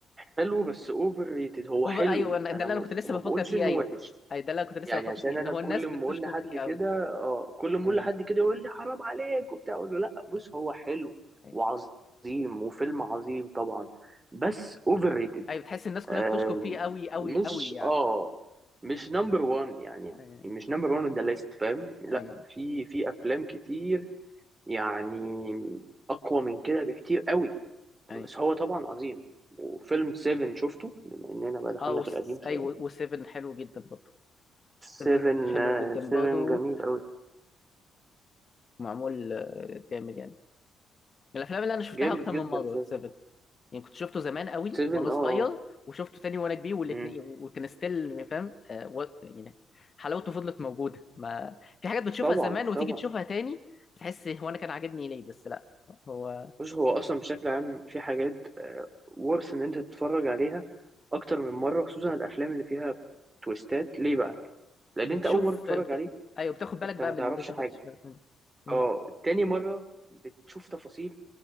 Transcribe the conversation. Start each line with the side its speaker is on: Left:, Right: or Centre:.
Right: حلو بس اوفر ريتد هو
Left: اوفر
Right: حلو
Left: ايوه أنا- ده
Right: انا
Left: اللي
Right: م...
Left: انا كنت لسه
Right: ما
Left: بفكر
Right: بقولش
Left: فيه
Right: انه
Left: ايوه
Right: وحش
Left: اي ده اللي انا كنت لسه
Right: يعني
Left: بفكر
Right: عشان
Left: فيه
Right: انا
Left: ان هو الناس
Right: كل
Left: بتشكر
Right: ما اقول لحد
Left: فيه
Right: كده اه كل ما اقول
Left: قوي
Right: لحد كده يقول لي حرام عليك وبتاع اقول له لا بص هو حلو
Left: ايوه
Right: وعظيم وفيلم عظيم طبعا بس اوفر ريتد.
Left: ايوه بتحس الناس كلها
Right: آم،
Left: بتشكر فيه قوي قوي
Right: مش
Left: قوي يعني
Right: اه مش نمبر وان يعني
Left: ايوه
Right: مش نمبر وان ذا ليست فاهم لا
Left: ايوه
Right: في في افلام كتير يعني اقوى من كده بكتير قوي
Left: ايوه
Right: بس هو طبعا عظيم وفيلم 7 شفته بما اننا بقى دخلنا
Left: اه وس-
Right: في القديم شويه
Left: ايوه و7 حلو جدا برضه 7
Right: 7
Left: حلو
Right: آه،
Left: جدا
Right: 7
Left: برضه
Right: جميل قوي
Left: معمول آه، جامد يعني من الافلام اللي انا شفتها
Right: جامد
Left: اكتر من
Right: جدا
Left: مره
Right: 7
Left: 7 يعني كنت شفته زمان قوي
Right: 7
Left: وانا صغير
Right: اه آه.
Left: وشفته تاني وانا كبير والاثنين
Right: مم.
Left: وكان ستيل فاهم آه، و- يعني حلاوته فضلت موجوده ما في حاجات بتشوفها
Right: طبعا
Left: زمان وتيجي
Right: طبعا
Left: تشوفها تاني بتحس هو انا كان عاجبني ليه بس لا هو
Right: بص هو اصلا بشكل عام في حاجات آه، ورث ان انت تتفرج عليها اكتر من مره خصوصا الافلام اللي فيها تويستات ليه بقى لان
Left: بتشوف
Right: انت اول مره تتفرج
Left: بت...
Right: عليه
Left: ايوه بتاخد بالك
Right: انت
Left: بقى
Right: ما
Left: من
Right: تعرفش
Left: اللي انت
Right: حاجه
Left: ما خدتش بالك منه مم.
Right: اه تاني مره بتشوف تفاصيل